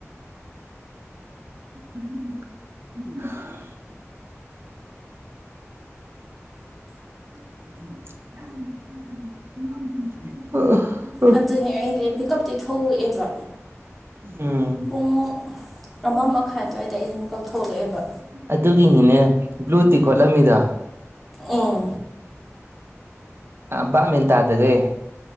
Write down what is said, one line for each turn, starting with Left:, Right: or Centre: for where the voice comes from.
Right: <inaudible> <unintelligible>
Centre: ꯑꯗꯨꯅꯦ ꯑꯩꯖꯦ ꯃꯤꯀꯞꯇꯤ ꯊꯣꯛꯂꯛꯑꯦꯕ
Right: ꯎꯝ
Centre: ꯄꯨꯡ ꯑꯃ ꯃꯈꯥꯏ ꯑꯗꯨꯋꯥꯏꯗ ꯑꯩꯁꯦ ꯃꯀꯛꯊꯣꯛꯂꯛꯑꯦꯕ
Right: ꯑꯗꯨꯒꯤꯅꯤꯅꯦ ꯕ꯭ꯂꯨ ꯇꯤꯛ ꯈꯣꯠꯂꯝꯃꯤꯗ
Centre: ꯑꯥ
Right: ꯑ ꯕꯥꯕꯃꯦꯟ ꯇꯥꯗꯒꯩ